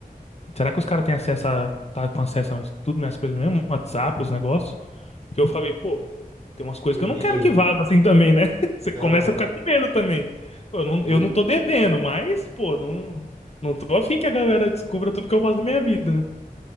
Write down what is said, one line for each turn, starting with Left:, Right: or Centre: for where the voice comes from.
Left: será que os caras têm acesso a, tá com acesso a tudo minhas coisas mesmo? WhatsApp, os negócios? Porque eu falei, pô, tem umas coisas
Right: Teve,
Left: que eu não quero que vaza assim também, né? <laughs> Você começa
Right: aham,
Left: a ficar com medo também. Pô, Eu não,
Right: sim,
Left: eu não tô devendo, mas, pô, não, não tô afim que a galera descubra tudo que eu faço da minha vida, né?